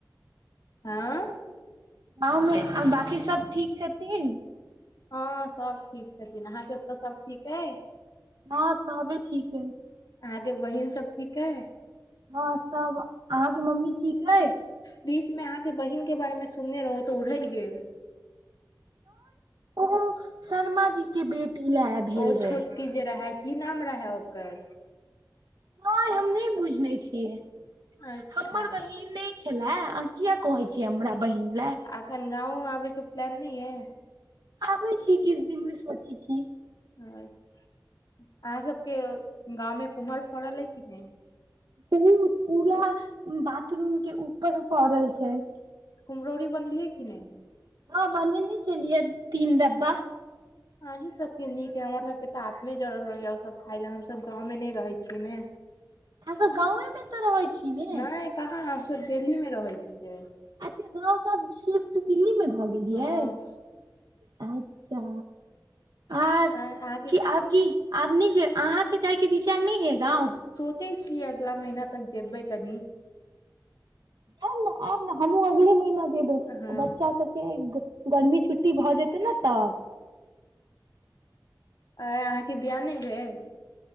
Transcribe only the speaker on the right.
गाँवमे आ बकी सब ठीक छथिन
ह सबे ठीक अछि
हँ त अहाँके मम्मी ठीक अछि
ओ शर्मा जी के बेटी लए भेल
रहे
नहि हमनहि बुझने छियै
हमर बहिन नहि छले किया कहै छीय हमरा बहिन लै
अभि। किछी किछ दिन मे सोचै छी
ओहि मे पूरा बाथरूम के ऊपर फड़ल छैनह
हँ बने छलियै तीन डब्बा
अहाँ सब गांवे मे तऽ रहै छी ने
अच्छा रोशन गाँ सब शिफ्ट दिल्ली मे भऽ गेलेनह
अच्छा आर
कि आब अहाँके जायके विचार नहि यहिगाँव
आबु ने आब ने हमहुँ अगले महिीना में। जयबै
गर्मी छुट्टी भऽ जेतै ने तब